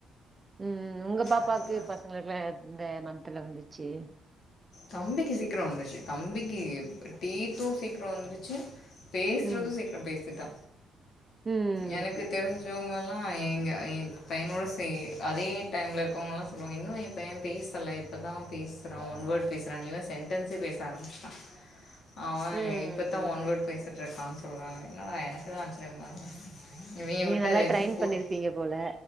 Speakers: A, on the right (about 25°); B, on the left (about 65°).
A: ம் உங்க பாப்பாவுக்கு
B: அதுதா
A: பசங்களுக்குல்லா எப் இந்த மந்த்ல வந்துச்சு
B: தம்பிக்கு சீக்கிரம் வந்துருச்சு தம்பிக்கு டீத்தும் சீக்கிரம் வந்துச்சு பேசுறதும்
A: ம்.
B: சீக்கிரம் பேசிட்டா
A: ம்.
B: எனக்கு தெரிஞ்சு தெரிஞ்சவுங்கள்லா எங்க என் பையனோடு சே அதே டைம்ல இருக்கவுங்கள்லா சொல்லுவாங்க இன்னும் என் பையன் பேசல இப்பதா பேசுறா ஒன்வர்டு பேசுறான் இவன் சென்டன்ஸ்ஸே பேச ஆரம்பிச்சிட்டா அவன்
A: ம்.
B: இப்பத்தான் ஒன்வேர்டு பேசுறான் இருக்கான் சொல்றாங்க என்னடா எனக்குதான் ஆச்சர்யமா இருக்கு இவிங்க
A: நீங்க
B: விட்டா
A: நல்லா
B: அது எடுத்து
A: ட்ரெயின்
B: போய்
A: பண்ணிருப்பீங்க போல